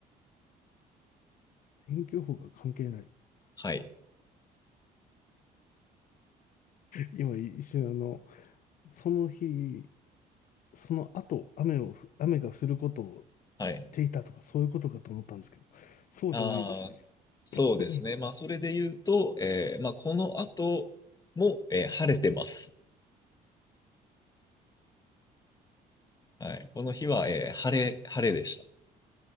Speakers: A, on the left; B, on the left.
A: 天気予報が関係ない。
B: はい。
A: 今一瞬あの、その日、その後、雨をふ、雨が降ることを知っていたとか、
B: はい。
A: そういうことかと思ったんですけど、そうじゃないんですね。
B: ああ、そうですね。
A: うん
B: まあ、それで言うと、えーまあ、この後も、えー晴れてます。はい。この日は、えー晴れ、晴れでした。